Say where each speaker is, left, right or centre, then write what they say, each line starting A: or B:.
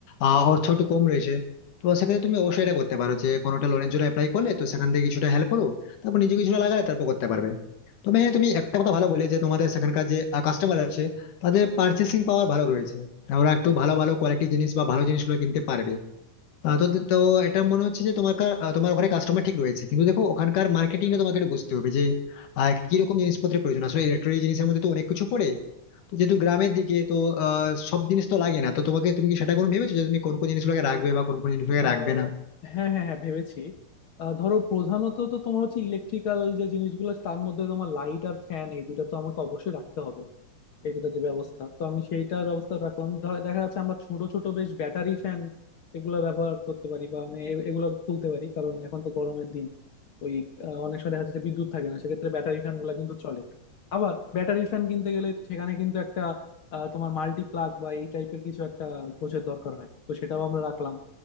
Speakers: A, on the left; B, on the left.
A: আহ অর্থ একটু কম রয়েছে তো সেক্ষেত্রে তুমি অবশ্যই এটা করতে পারো যে কোনোটা লোনের জন্য অ্যাপ্লাই করলে তো সেখান থেকে কিছুটা হেল্প করো তারপর নিজে কিছুটা লাগালে তারপর করতে পারবে তবে হ্যাঁ তুমি একটা কথা ভালো বলে যে তোমাদের সেখানকার যে কাস্টমার আছে তাদের পার্চেসিং পাওয়ার ভালো রয়েছে আর ওরা একটু ভালো ভালো কোয়ালিটি জিনিস বা ভালো জিনিসগুলো কিনতে পারবে আহ, তো তো এটা মনে হচ্ছে যে তোমার কা- আহ, তোমার ওখানে কাস্টমার ঠিক রয়েছে কিন্তু দেখো ওখানকার মার্কেটিংটা তোমাকে একটু বুঝতে হবে যে আহ, কি রকম জিনিসপত্রের প্রয়োজন আসলে ইলেকট্রনিক জিনিসের মধ্যে তো অনেক কিছু পড়ে তো যেহেতু গ্রামের দিকে তো আহ, সব জিনিস তো লাগে না তো তোমাকে তুমি কি সেটা কোনো ভেবেছো যে তুমি কোন কোন জিনিসগুলোকে রাখবে বা কোন কোন জিনিসগুলোকে
B: আহ,
A: রাখবে না
B: হ্যাঁ হ্যাঁ হ্যাঁ ভেবেছি আহ, ধরো প্রধানত তো তোমার হচ্ছে ইলেকট্রিক্যাল যে জিনিসগুলো তার মধ্যে তোমার লাইট আর ফ্যান এই দুটো তো আমাকে অবশ্যই রাখতে হবে এই দুটো যে ব্যবস্থা তো আমি সেইটার ব্যবস্থা রাখলাম ধ- দেখা যাচ্ছে আমরা ছোট ছোট বেশ ব্যাটারি ফ্যান এগুলো ব্যবহার করতে পারি বা আমি এ- এগুলো তুলতে পারি কারণ এখন তো গরমের দিন ওই আহ, অনেক সময় দেখা যাচ্ছে যে বিদ্যুৎ থাকে না সেক্ষেত্রে ব্যাটারি ফ্যান গুলা কিন্তু চলে আবার ব্যাটারি ফ্যান কিনতে গেলে সেখানে কিন্তু একটা আহ, তোমার মাল্টি প্লাগ বা এই টাইপের কিছু একটা গোছের দরকার হয় তো সেটাও আমরা রাখলাম